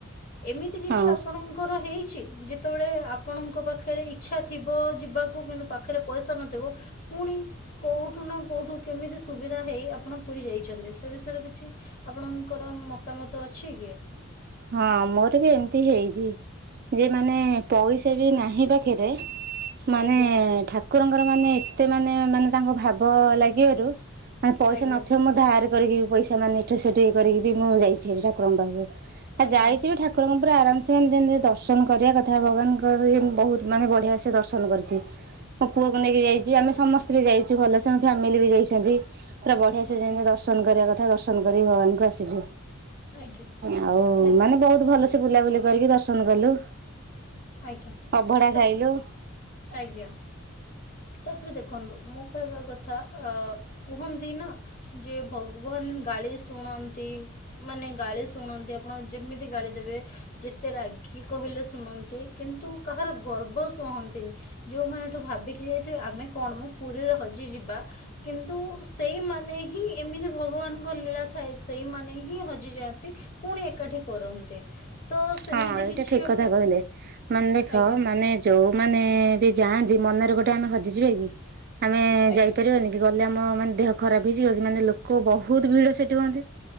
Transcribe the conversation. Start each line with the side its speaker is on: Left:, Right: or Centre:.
Left: ଏମିତି କିଛି
Right: ହଁ
Left: ଆପଣ, କର ହେଇଛି ଯେତେବେଳେ ଆପଣଙ୍କ ପାଖରେ ଇଚ୍ଛା ଥିବ ଯିବାକୁ, କିନ୍ତୁ ପାଖରେ ପଇସା ନଥିବ, ପୁଣି କୋଉଠୁ ନା କୋଉଠୁ କେମିତି ସୁବିଧା ହେଇ ଆପଣ ପୁରୀ ଯାଇଛନ୍ତି। ସେ ବିଷୟରେ କିଛି, ଆପଣଙ୍କର ମତାମତ ଅଛି କି।
Right: ହଁ, ମୋର ବି ଏମିତି ହେଇଚି। ଯେ ମାନେ ପଇସା ବି ନାହିଁ ପାଖରେ ମାନେ,
Left: ଆଜ୍ଞା
Right: ଠାକୁରଙ୍କର ମାନେ ଏତେ ମାନେ, ମାନେ ତାଙ୍କ ଭାବ ଲାଗିବାରୁ ମାନେ ପଇସା
Left: ଆଜ୍ଞା
Right: ନଥିବ, ମୁଁ ଧାରେ କରିକି ପଇସା ମାନେ ଏଇଠୁ, ସେଇଠୁ କରିକି ବି ମୁଁ ଯାଇଛି ଠାକୁରଙ୍କ ପାଖକୁ ଆଉ
Left: ଆଜ୍ଞା
Right: ଯାଇଚି ଠା କୁ ଠୁକୁରଙ୍କୁ ପୁରା ଆରାମସେ ମାନେ ଯେମିତି ଦର୍ଶନ କରିବା କଥା, ଭଗବାନଙ୍କର ବହୁତ ମାନେ ବଢିଆସେ ଦର୍ଶନ କରୁଛି। ମୋ ପୁଅକୁ ନେଇକି ଯାଇଛି, ଆମେ ସମସ୍ତେ ବି ଯାଇଛୁ, ଭଲସ ଫ୍ୟାମିଲି ବି ଯାଇଛନ୍ତି। ପୁରା ବଢିଆ ସେ
Left: ଆଜ୍ଞା
Right: ଦର୍ଶନ କରିବା କଥା ଦର୍ଶନ କରିକି ଭଗବାନଙ୍କୁ ଆସିଛୁ।
Left: ଆଜ୍ଞା
Right: ଆଉ
Left: ଦେଖ
Right: ମାନେ ବହୁତ ଭଲସେ ବୁଲାବୁଲି କରିକି ଦର୍ଶନ କଲୁ।
Left: ଆଜ୍ଞା
Right: ଅଭଢା
Left: ତାପରେ
Right: ଖାଇଲୁ।
Left: ଆଜ୍ଞା। ତାପରେ ଦେଖନ୍ତୁ, ମୋ କହିବା କଥା, ଅ କୁହନ୍ତି ନା ଯେ, ଭଗବାନ ଗାଳି ଶୁଣନ୍ତି। ମାନେ ଗାଳି ଶୁଣନ୍ତି। ଆପଣ ଯେମିତି ଗାଳି ଦେବେ, ଯେତେ ରାଗି କହିଲେ ଶୁଣନ୍ତି। ନ୍ତି, କିନ୍ତୁ କାହାର ଗର୍ବ ଶହନ୍ତିନି। ଯୋଉମାନେ ଏଠୁ ଭାବିକି ଯାଇଥିବେ, ଆମେ କଣମ ପୁରୀରେ ହଜିଯିବା। କିନ୍ତୁ ସେଇମାନେ ହିଁ ଏମିତି ଭଗବାନଙ୍କ ଲୀଳା ଥାଏ, ସେଇମାନେ ହିଁ ହଜିଯାଆନ୍ତି। ପୁଣି ଏକାଠି କରନ୍ତି। ତ ସେମିତି
Right: ହଁ, ଏଇଟା
Left: କିଛି
Right: ଠିକ୍
Left: ଆପଣ
Right: କଥା କହିଲେ। ମାନେ ଦେଖ,
Left: ଆଜ୍ଞା
Right: ମାନେ ଯୋଉମାନେ ବି ଯାଆନ୍ତି ମନରେ ଗୋଟେ ଆମେ ହଜିଯିବା କି? ଆମେ
Left: ଆଜ୍ଞା
Right: ଯାଇପାରିବାନି? ଗଲେ ଆମ ମାନେ ଦେହ ଖରାପ୍ ହେଇଯିବ କି, ମାନେ ଲୋକ ବହୁତ୍ ଭିଡ ସେଠି ହୁଅନ୍ତି